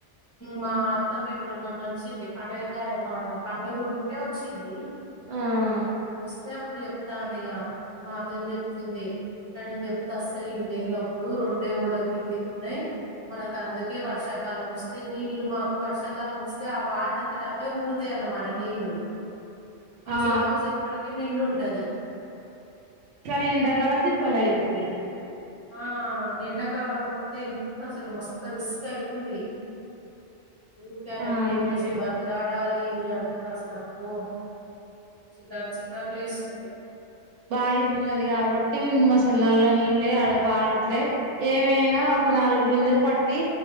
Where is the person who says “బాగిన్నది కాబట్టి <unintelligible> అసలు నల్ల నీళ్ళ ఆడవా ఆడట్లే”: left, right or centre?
Right